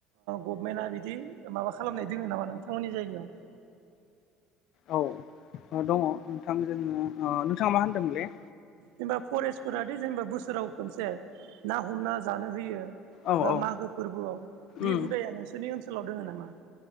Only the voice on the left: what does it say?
औ दङ नोंथां जोङो नोंथाङा मा होनदोंमोनलै
औ
औ
उम